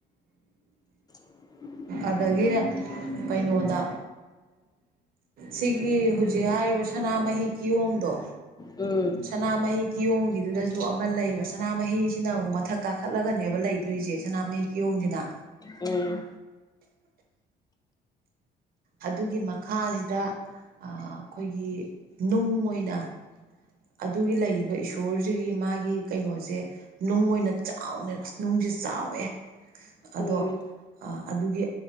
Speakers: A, on the left; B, on the right.
A: ꯎꯝ
B: ꯑꯗꯒꯤ ꯀꯩꯅꯣꯗ ꯁꯤꯒꯤ ꯍꯧꯖꯤꯛ ꯍꯥꯏꯔꯤꯕ ꯁꯅꯥꯃꯍꯤ ꯀꯤꯌꯣꯡꯗꯣ
A: ꯎꯝ
B: ꯁꯅꯥꯃꯍꯤ ꯀꯤꯌꯣꯡꯒꯤꯗꯨꯗꯁꯨ ꯑꯃ ꯂꯩꯌꯦꯕ ꯁꯅꯥꯃꯍꯤꯁꯤꯅ ꯑꯃꯨꯛ ꯃꯊꯛ ꯀꯥꯈꯠꯂꯒꯅꯦꯕ ꯂꯩꯗ ꯑꯗꯨꯏꯁꯦ ꯁꯅꯥꯃꯍꯤ ꯀꯤꯌꯣꯡꯁꯤꯅ
A: ꯎ
B: ꯑꯗꯨꯒꯤ ꯃꯈꯥꯁꯤꯗ ꯑꯩꯈꯣꯏꯒꯤ ꯅꯨꯡ ꯑꯣꯏꯅ ꯑꯗꯨꯒꯤ ꯂꯩꯔꯤꯕ ꯏꯁꯣꯔꯁꯤꯒꯤ ꯃꯥꯒꯤ ꯀꯩꯅꯣꯁꯦ ꯅꯨꯡ ꯑꯣꯏꯅ ꯆꯥꯎꯅ ꯑꯁ ꯅꯨꯡꯁꯦ ꯆꯥꯎꯋꯦ ꯑꯗꯣ
A: ꯎꯝ ꯎꯝ
B: ꯑꯗꯨꯒꯤ